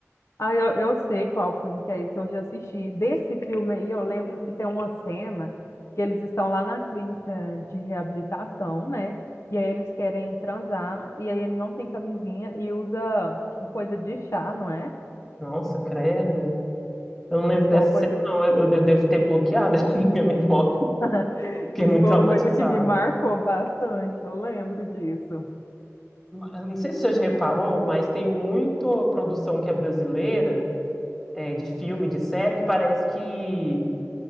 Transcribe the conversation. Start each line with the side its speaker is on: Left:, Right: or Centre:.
Left: Ah, eu, eu sei qual filme que é esse, eu já assisti. Desse filme aí, eu lembro que tem uma cena que eles estão lá na clínica de reabilitação, né? E aí eles querem transar, e aí ele não tem camisinha e usa uma coisa de chá, não é?
Centre: Nossa, credo. Eu não lembro
Left: Isso
Centre: dessa
Left: foi uma coisa.
Centre: cena, não. Eu, eu devo ter bloqueado <laughs> a minha memória.
Left: <laughs>
Centre: Fiquei
Left: Isso
Centre: muito
Left: foi
Centre: traumatizado.
Left: uma coisa que me marcou bastante, eu lembro disso.
Centre: Eu Não sei se você já reparou, mas tem muita produção que é brasileira, é, de filme, de série, que parece que,